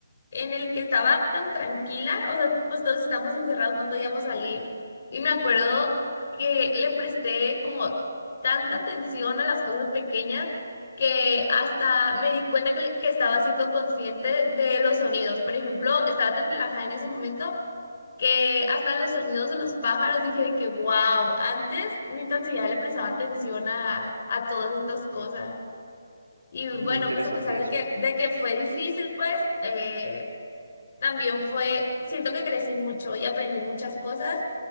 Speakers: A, on the left; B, on the right.
A: en el que estaba tan tranquila, o sea, pues todos estábamos encerrados, no podíamos salir, y me acuerdo que le presté como tanta atención a las cosas pequeñas que hasta me di cuenta que, que estaba siendo consciente de los sonidos. Por ejemplo, estaba tan relajada en ese momento que hasta los sonidos de los pájaros dije de que wow, antes ni tan siquiera le prestaba atención a, a todas estas cosas. Y bueno,
B: Muy interesante
A: pues a pesar de
B: eso.
A: que, de que fue difícil, pues eh, también fue, siento que crecí mucho y aprendí muchas cosas.